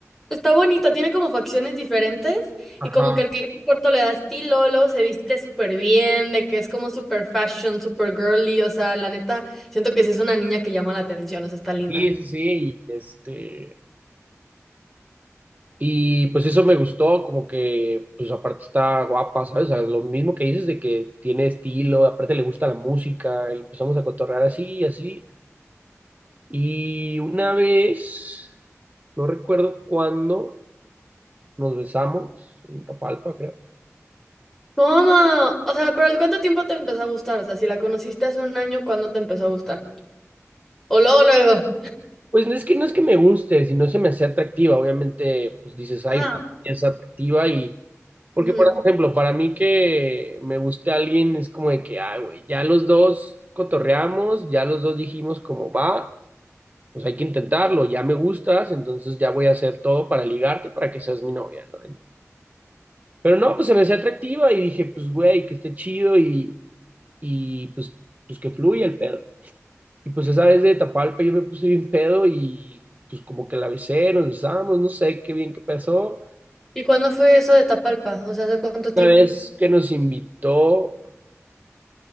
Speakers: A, in the centre; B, on the right.
A: Está bonita, tiene como facciones diferentes
B: Ajá.
A: y como que el cabello corto le da estilo, luego se viste súper bien, de que es como súper fashion, súper girly, o sea, la neta, siento que sí es una niña que llama la atención, o sea, está linda.
B: Sí, sí, sí, y este... Y pues eso me gustó, como que, pues aparte está guapa, ¿sabes? O sea, lo mismo que dices de que tiene estilo, aparte le gusta la música, y empezamos a cotorrear así y así. Y una vez, no recuerdo cuándo, nos besamos, en Tapalpa, creo.
A: ¿Cómo? O sea, pero ¿al cuánto tiempo te empezó a gustar? O sea, si la conociste hace un año, ¿cuándo te empezó a gustar? O luego, luego.
B: Pues no es que, no es que me guste, sino se me hacía atractiva, obviamente, pues dices,
A: Ajá.
B: ay, güey, es atractiva y Porque,
A: Ujú.
B: por ejemplo, para mí que me guste alguien es como de que, ah, güey, ya los dos cotorreamos, ya los dos dijimos cómo va, pues hay que intentarlo, ya me gustas, entonces ya voy a hacer todo para ligarte, para que seas mi novia, ¿no? Pero no, pues se me hacía atractiva y dije, pues, güey, que esté chido y, y pues, pues que fluya el pedo. Y pues esa vez de Tapalpa yo me puse bien pedo y pues como que la besé, nos besamos, no sé qué bien que pasó.
A: ¿Y cuándo fue eso de Tapalpa? O sea, ¿hace cuánto tiempo?
B: Una vez que nos invitó.